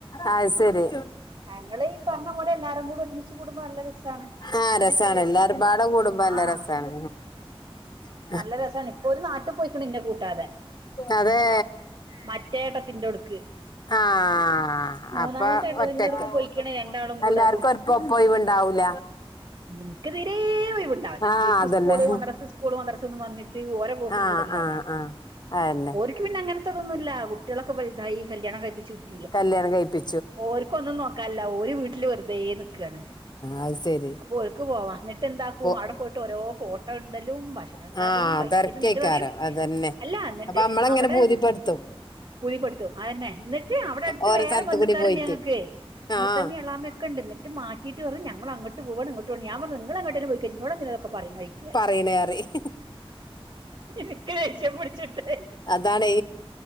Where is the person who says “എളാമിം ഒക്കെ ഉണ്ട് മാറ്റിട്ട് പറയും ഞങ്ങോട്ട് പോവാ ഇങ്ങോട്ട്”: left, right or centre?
Right